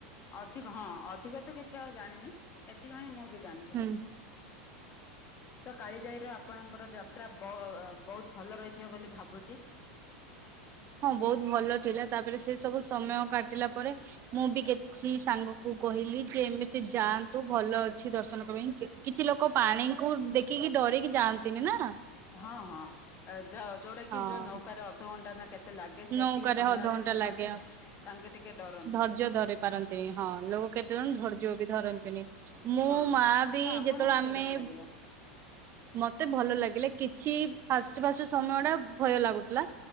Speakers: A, on the left; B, on the right.
A: ଅଧିକ ହଁ ଅଧିକ ତ କିଛି ଆଉ ଜାଣିନି। ଏଥି ହାଇଁ ମୁଁ ବି ଜାଣିଥିଲି।
B: ହୁଁ
A: ତ କାଳିଜାଇ ର ଆପଣଙ୍କର ଯାତ୍ରା ବ -ବହୁତ ଭଲ ରହିଥିବ ବୋଲି ଭାବୁଚି।
B: ହଁ ବହୁତ ଭଲ ଥିଲା ତାପରେ ସେ ସବୁ ସମୟ କାଟିଲା ପରେ ମୁଁ ବି କେ ସି ସାଙ୍ଗ କୁ କହିଲି ଯେ ଏମିତି ଯାଆନ୍ତୁ ଭଲ ଅଛି ଦର୍ଶନ ପାଇଁ କିଛି ଲୋକ ପାଣିକୁ ଦେଖିକି ଡରିକି ଯାଆନ୍ତିନି ନା।
A: ହଁ ହଁ ଯ ଯୋଉଟା
B: ହଁ
A: କି ଯୋଉ ନୌକାରେ ଅଧଘଣ୍ଟା ନା କେତେ ଲାଗେ ସେତିକି
B: ନୌକାରେ
A: ସମୟରେ
B: ଅଧଘଣ୍ଟା
A: ସେ
B: ଲାଗେ
A: ମତେ ତାଙ୍କେ ଟିକେ ଡର
B: ଧୈର୍ଯ୍ୟ ଧରି ପାରନ୍ତିନି ହଁ ଲୋକ କେତେ ଜଣ ଧୈର୍ଯ୍ୟ ବି ଧରନ୍ତିନି ମୁଁ
A: ହଁ।
B: ମା ବି
A: ତ ଆପଣଙ୍କୁ
B: ଯେତେବେଳେ ଆମେ
A: କେମିତି ଲାଗିଲା
B: ମତେ ଭଲ ଲାଗିଲେ କିଛି ଫାଷ୍ଟ ଫାଷ୍ଟ ସମୟ ଟା ଭୟ ଲାଗୁଥିଲା